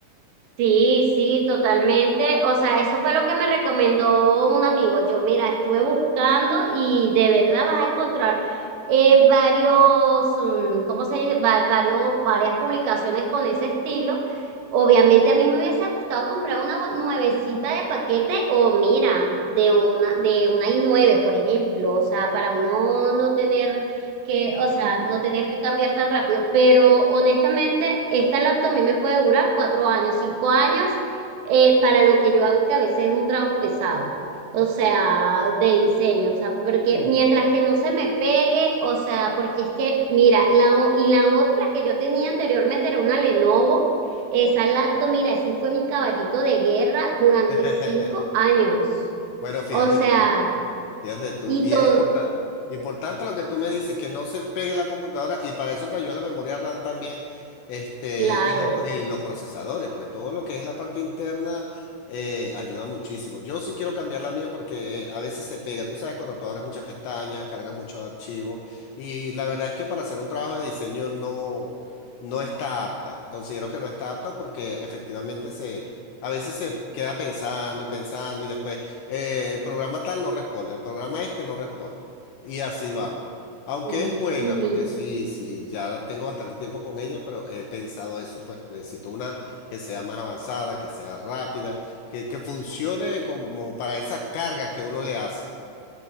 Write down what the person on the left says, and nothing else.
Mm.
<laughs>
Bueno, fíjate
tú. Fíjate tú,
y
es importante, importante lo que tú me dices, que no se pegue la computadora y para eso te ayuda la memoria RAM también, este,
y los, y los procesadores, pues todo lo que es la parte interna eh, ayuda muchísimo. Yo sí quiero cambiar la mía porque eh, a veces se pega, tú sabes, cuando tú abres muchas pestañas, cargas muchos archivos y la verdad es que para hacer un trabajo de diseño no, no está apta, considero que no está apta porque efectivamente se... A veces se queda pensando y pensando y después eh, el programa tal no responde, el programa este no responde. Y así vamos. Aunque
es buena,
porque sí, sí, ya la tengo bastante tiempo con ella, pero he pensado eso, pues necesito una que sea más avanzada, que sea rápida, que, que funcione como para esa carga que uno le hace.